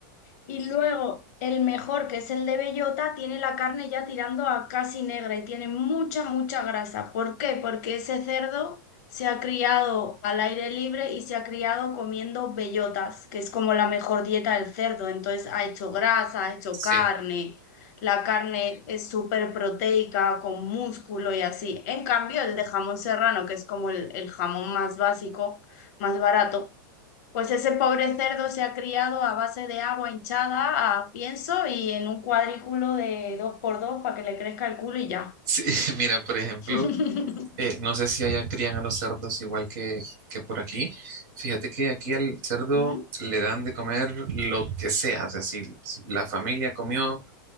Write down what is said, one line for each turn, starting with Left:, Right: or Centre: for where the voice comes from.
Left: Y luego el mejor, que es el de bellota, tiene la carne ya tirando a casi negra y tiene mucha, mucha grasa. ¿Por qué? Porque ese cerdo se ha criado al aire libre y se ha criado comiendo bellotas, que es como la mejor dieta del cerdo. Entonces ha hecho grasa, ha hecho
Right: Sí,
Left: carne. La carne es súper proteica, con músculo y así. En cambio, el de jamón serrano, que es como el el jamón más básico, más barato pues ese pobre cerdo se ha criado a base de agua hinchada, a pienso y en un cuadrículo de dos por dos para que le crezca el culo y ya.
Right: sí, <laughs> mira, por ejemplo,
Left: <laughs>
Right: eh, no sé si allá crían a los cerdos igual que, que por aquí. Fíjate que aquí al cerdo
Left: Ujú.
Right: le dan de comer lo que sea. O sea, si si la familia comió.